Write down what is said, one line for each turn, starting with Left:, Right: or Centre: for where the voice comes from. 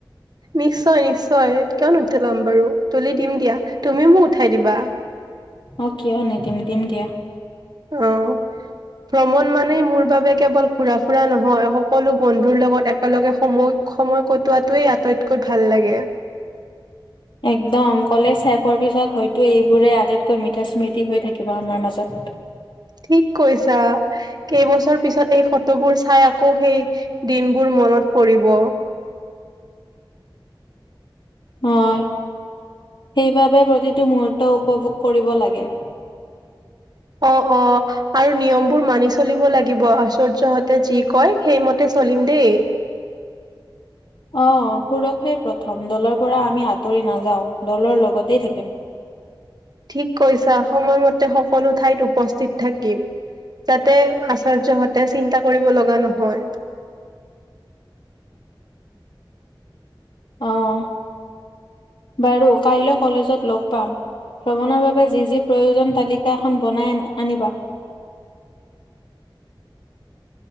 Right: নিশ্চয় নিশ্চয় কিয় নুতোলাম বাৰু, তুলি দিম দিয়া। তুমিও, মোক উঠাই দিবা।
Left: অ', কিয় নেদিম, দিম দিয়া।
Right: অ'। ভ্ৰমণ মানে, মোৰ বাবে কেৱল ঘুৰা ফুৰা নহয়। সকলো বন্ধুৰ লগত, একেলগে সময় সময় কটোৱাটোৱেই, আটাইতকৈ ভাল লাগে।
Left: একদম কলেজ শেষ হোৱাৰ পিছত হয়তো, এইবোৰে আটাইতকৈ মিঠা স্মৃতি হৈ থাকিব আমাৰ মাজত।
Right: ঠিক কৈছা, কেইবছৰ পিছত এই ফটোবোৰ চাই আকৌ সেই দিনবোৰ মনত পৰিব।
Left: হয়, সেইবাবে প্ৰতিটো মুহুৰ্ত উপভোগ কৰিব লাগে।
Right: অ', অ, আৰু নিয়মবোৰ মানি চলিব লাগিব। আশ্চৰ্যহতে যি কয়, সেইমতে চলিম দেই।
Left: অ', সুৰক্ষাই প্ৰথম দলৰ পৰা আমি আঁতৰি নাযাও, দলৰ লগতেই থাকিম।
Right: ঠিক কৈছা, সময়মতে সকলো ঠাইত উপস্থিত থাকিম। যাতে, আশ্চৰ্যহতে চিন্তা কৰিব লগা নহয়। <inaudible>
Left: অহ। বাৰু, কাইলৈ কলেজত লগ পাম। ভ্ৰমণৰ বাবে যি যি প্ৰয়োজন, তালিকা এখন বনাই আ-আনিবা।
Right: <inaudible>